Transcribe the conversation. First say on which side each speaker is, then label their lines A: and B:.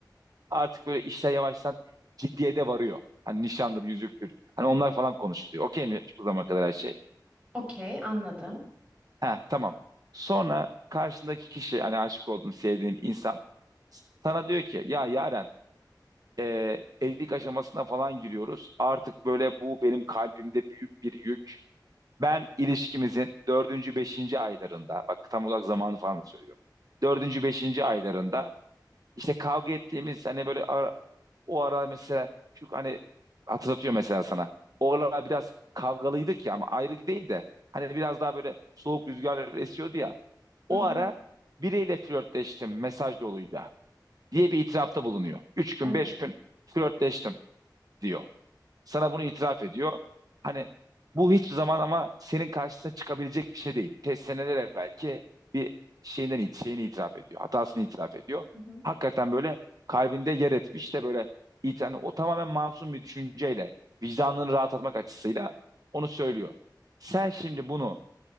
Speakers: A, on the right (about 55°); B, on the right (about 20°).
A: Artık böyle işler yavaştan ciddiye de varıyor. Hani nişandır, yüzüktür. Hani onlar falan konuşuluyor. Okey mi bu zamana kadar her şey?
B: Okey, anladım.
A: Ha tamam. Sonra karşındaki kişi hani aşık olduğun, sevdiğin insan sana diyor ki ya Yaren e, evlilik aşamasına falan giriyoruz. Artık böyle bu benim kalbimde büyük bir yük. Ben ilişkimizin dördüncü, beşinci aylarında, bak tam olarak zamanı falan da söylüyorum. Dördüncü, beşinci aylarında işte kavga ettiğimiz hani böyle ara- o ara mesela çünkü hani hatırlatıyor mesela sana. O aralar biraz kavgalıydık ya ama ayrı değil de hani biraz daha böyle soğuk rüzgarlar esiyordu ya.
B: Hı
A: O
B: hı.
A: ara biriyle flörtleştim mesaj yoluyla diye bir itirafta bulunuyor. Üç gün,
B: Evet.
A: beş gün flörtleştim diyor. Sana bunu itiraf ediyor. Hani bu hiçbir zaman ama senin karşısına çıkabilecek bir şey değil. Te seneler evvelki belki bir şeyinden it- şeyini itiraf ediyor. Hatasını itiraf ediyor.
B: Hı hı.
A: Hakikaten böyle kalbinde yer etmiş de böyle it- hani o tamamen masum bir düşünceyle vicdanını rahatlatmak açısıyla onu söylüyor. Sen şimdi bunu